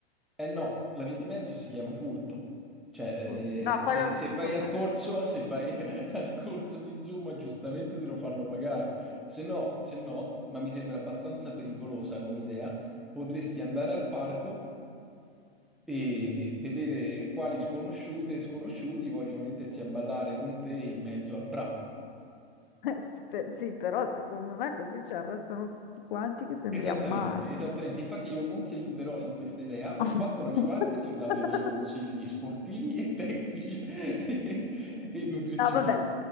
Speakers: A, in the centre; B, on the left.
A: Eh no, la via di mezzo si chiama furto. Cioè,
B: Pur- No,
A: eh,
B: quello
A: se,
B: non
A: se
B: si
A: vai
B: può fare.
A: al corso,
B: <laughs>
A: <laughs> se vai al corso di Zuma, giustamente te lo fanno pagare. Se no, se no, ma mi sembra abbastanza pericolosa come idea, potresti andare al parco e vedere quali sconosciute e sconosciuti vogliono mettersi a ballare con te in mezzo al prato.
B: Eh, sì, pe- sì, però secondo me così ci arrestano tutti quanti che sembriamo
A: Esattamente,
B: matti.
A: esattamente. Infatti io non ti aiuterò in questa idea, ho
B: <laughs>
A: fatto la mia parte, ti ho dato i miei consigli sportivi e tecnici <laughs> e, e nutrizionisti.
B: No, vabbè.